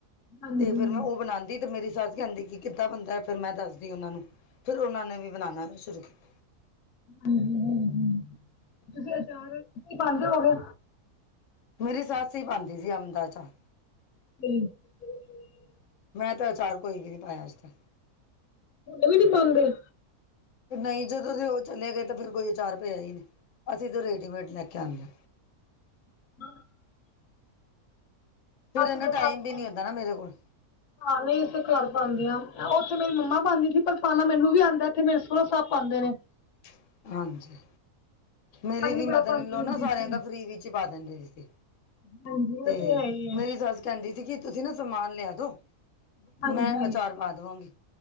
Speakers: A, on the left; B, on the left.
A: ਹਾਂਜੀ ਹਾਂਜੀ
B: ਤੇ ਫੇਰ ਮੈਂ ਉਹ ਬਣਾਉਂਦੀ ਤੇ ਮੇਰੀ ਸੱਸ ਕ ਆਂਦੀ ਕਿ ਕਿੱਦਾਂ ਬੰਨਦਾ ਹੈ, ਫਿਰ ਮੈਂ ਦੱਸਦੀ ਉਹਨਾਂ ਨੂੰ ਫਿਰ ਉਹਨਾਂ ਨੇ ਵੀ ਬਣਾਉਣਾ ਸ਼ੁਰੂ ਕੀਤਾ।
A: ਹਾਂਜੀ ਹੂੰ, ਤੁਸੀਂ ਅਚਾਰ ਤੁਸੀ ਪਾਾਦੇ ਹੋਗੇ।
B: ਮੇਰੀ ਸੱਸ ਹੀ ਪਾਉਂਦੀ ਸੀ ਅੰਬ ਦਾ ਅਚਾਰ,
A: <unintelligible>
B: ਮੈਂ ਤਾਂ ਅਚਾਰ ਕੋਈ ਵੀ ਨਹੀਂ ਪਾਇਆ ਅੱਜ ਤੱਕ
A: ਵੀ ਨੀ ਪਾਦੇ,
B: ਨਹੀਂ ਜਦੋਂ ਉਹ ਚਲੇ ਗਏ, ਤਾਂ ਫੇਰ ਕੋਈ ਆਚਾਰ ਪਇਆ ਹੀ ਨਹੀਂ, ਅਸੀਂ ਤਾਂ ਰੇਡੀਮੇਡ ਲੈ ਕੇ ਆਨੇ ਆ,
A: <unintelligible>
B: ਫਿਰ
A: ਅਸੀਂ
B: ਇਹਨੂੰ
A: ਤਾਂ ਘੱਟ
B: ਟਾਈਮ ਵੀ
A: ਪਾਂਦੇ
B: ਨੀ ਹੁੰਦਾ ਨਾ ਮੇਰੇ ਕੋਲ
A: ਹਾਂ ਨਹੀਂ ਤੇ ਘਰ ਪਾਉਂਦੇ ਆ, ਉੱਥੇ ਮੇਰੀ ਮੰਮਾ ਪਾਉਂਦੀ ਸੀ, ਪਰ ਪਾਣਾ ਮੈਨੂੰ ਵੀ ਆਦਾ ਇਥੇ ਮੇਰੇ ਸੋਂਰਾ ਸਾਹਿਬ ਪਾਉਂਦੇ ਨੇ,
B: <unintelligible> ਹਾਂਜੀ
A: ਨਾਨੀ
B: ਮੇਰੀ ਵੀ
A: ਬੜਾ
B: ਮਦਰ
A: ਪਾਉਂਦੀ
B: ਇਨ ਲੋ
A: ਹੁੰਦੀ
B: ਨਾ ਸਾਰਿਆਂ
A: ਸੀ
B: ਦਾ ਫਰੀ ਵਿੱਚ ਪਾ ਦਿੰਦੇ ਸੀ।
A: ਹਾਂਜੀ ਉਹ
B: ਤੇ
A: ਹੈ ਹੀ ਹੈ
B: ਮੇਰੀ ਸੱਸ ਕਹਿੰਦੀ ਸੀ, ਕਿ ਤੁਸੀਂ ਨਾ ਸਮਾਨ ਲਿਆ ਦੋ।
A: ਹਾਂਜੀ
B: ਮੈਂ ਅਚਾਰ ਪਾ ਦੇਵਾਂਗੀ,